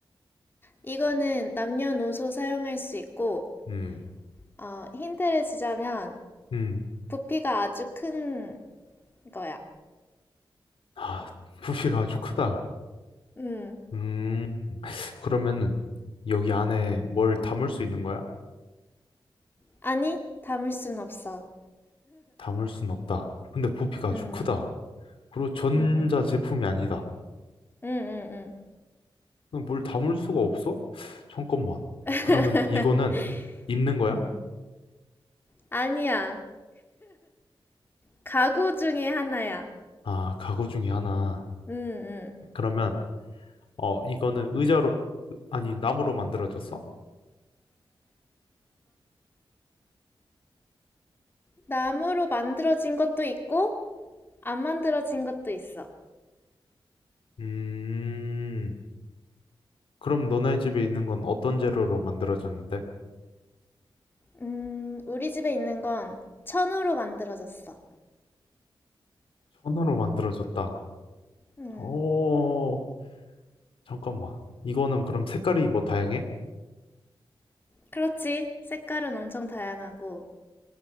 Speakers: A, on the left; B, on the left.
A: 이거는 남녀노소 사용할 수 있고,
B: 음,
A: 어, 힌트를 주자면
B: 음.
A: 부피가 아주 큰 거야.
B: 아, 부피가 아주 크다.
A: 음.
B: 음, 그러면은, 여기 안에 뭘 담을 수 있는 거야?
A: 아니, 담을 순 없어.
B: 담을 순 없다. 근데 부피가 아주
A: 음,
B: 크다. 그리고 전자
A: 음, 음,
B: 제품이 아니다.
A: 음, 음, 음.
B: 그럼 뭘 담을 수가 없어? 잠깐만. 그러면
A: <laughs>
B: 이거는 입는 거야?
A: 음. 아니야. 가구 중에 하나야.
B: 아, 가구 중에 하나.
A: 음, 음.
B: 그러면, 어, 이거는 의자로, 아니, 나무로 만들어졌어?
A: 나무로 만들어진 것도 있고, 안 만들어진 것도 있어.
B: 음, 그럼 너네 집에 있는 건 어떤 재료로 만들어졌는데?
A: 음, 우리 집에 있는 건 천으로 만들어졌어.
B: 천으로 만들어졌다.
A: 음,
B: 오... 잠깐만. 이거는 그럼 색깔이 뭐 다양해?
A: 그렇지. 색깔은 엄청 다양하고.